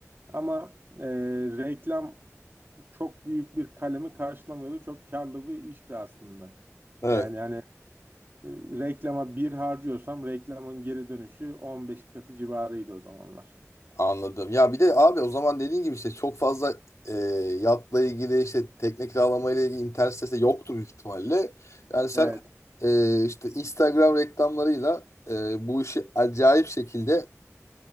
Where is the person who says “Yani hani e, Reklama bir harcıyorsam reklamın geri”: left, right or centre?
Right